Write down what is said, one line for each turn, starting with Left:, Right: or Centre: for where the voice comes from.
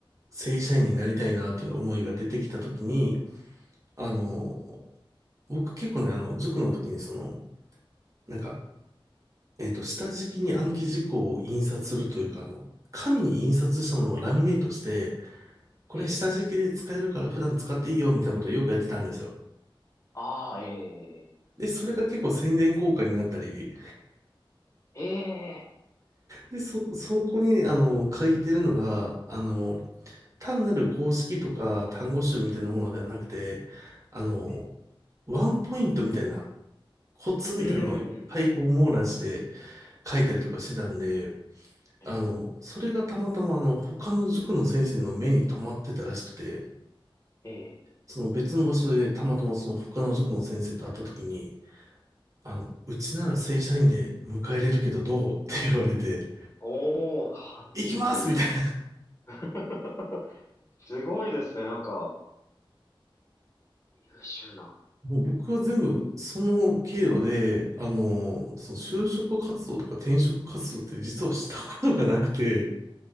Right: 正社員になりたいなという思いが出てきたときに、あの、
Left: ええ、
Right: 僕結構ね、あの、塾の時にその、なんか、えっと、下敷きに暗記事項を印刷するというか、あの、紙に印刷したものをラミネートして、これ下敷きで使えるから普段使っていいよみたいなことをよくやってたんですよ。
Left: ええ、ああー、え
Right: で、それが結構宣伝効果になったり、
Left: え、ええ、
Right: で、そ、そこにね、あの、書いてるのが、あの、単なる公式とか単語集みたいなものではなくて、あの、
Left: ええ、
Right: ワンポイントみたいな、コツみたいなのをいっぱいこう網羅して
Left: うーん、うん
Right: 書いたりとかしてたんで、
Left: え
Right: あの、それがたまたまあの、他の塾の先生の目に留まってたらしくて、
Left: え、ええ、
Right: その別の場所でたまたまその他の塾の先生と会った時に、あの、うちなら正社員で迎え入れるけどどうって言われて、
Left: おー、ハンティング。
Right: 行きますみたいな。
Left: <laughs> すごいですね、なんか、優秀な。
Right: もう僕は全部その経路で、あの、その就職活動とか転職活動って実はしたことがなくて、